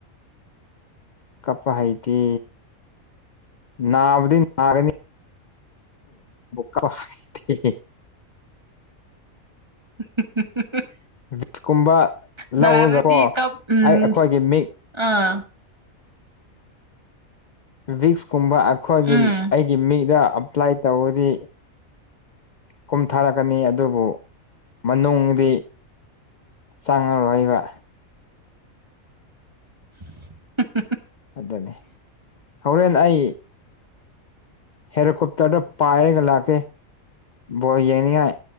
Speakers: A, on the left; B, on the right.
A: ꯀꯞꯄ ꯍꯩꯇꯦ ꯅꯥꯕꯗꯤ ꯅꯥꯒꯅꯤ ꯀꯞꯄ ꯍꯩꯇꯦ <unintelligible>
B: <inaudible>
A: ꯚꯤꯛꯁ ꯀꯨꯝꯕ
B: ꯅꯥꯔꯗꯤ
A: ꯂꯧꯔꯒ ꯀꯣ
B: ꯀꯞ ꯎꯝ
A: ꯑꯩ ꯑꯩꯈꯣꯏꯒꯤ ꯃꯤ
B: ꯑꯥ
A: ꯚꯤꯛꯁꯀꯨꯝꯕ ꯑꯩꯈꯣꯏꯒꯤ
B: ꯎꯝ
A: ꯑꯩꯒꯤ ꯃꯤꯗ ꯑꯦꯄ꯭ꯂꯥꯏ ꯇꯧꯔꯗꯤ ꯀꯨꯝꯊꯥꯔꯛꯀꯅꯤ ꯑꯗꯨꯕꯨ ꯃꯅꯨꯡꯗꯤ ꯆꯪꯉꯔꯣꯏꯕ
B: <inaudible>
A: ꯑꯗꯨꯅꯤ ꯍꯣꯔꯦꯟ ꯑꯩ ꯍꯦꯂꯤꯀꯣꯞꯇꯔꯗ ꯄꯥꯏꯔꯒ ꯂꯥꯛꯀꯦ ꯕꯣꯜ ꯌꯦꯡꯅꯤꯡꯉꯥꯏ